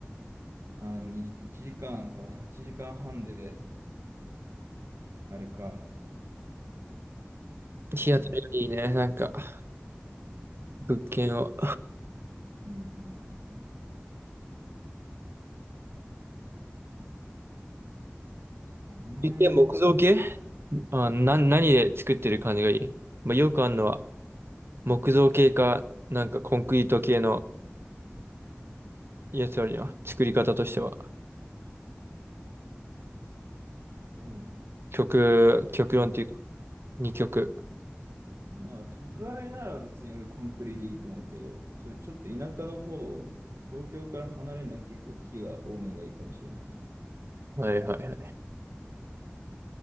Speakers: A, on the right; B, on the right.
A: あ、に1時間かんか。1時間半で、あれか。
B: 日当たりがいいね。
A: なんだっけ。
B: なんか、物件を。
A: うんうんうん。そうね。
B: 一見木造系あ、な、何で作ってる感じがいい。まあ、よくあるのは、木造系か、なんかコンクリート系のやつよりは、作り方としては、
A: まあ、そうだ。
B: 極、極論っていうか、二極。
A: まあ、都会なら別に俺コンクリでいいと思うけど、それちょっと田舎の方、東京から離れない結構木が多めがいいかもしれないな。
B: はいはいはい。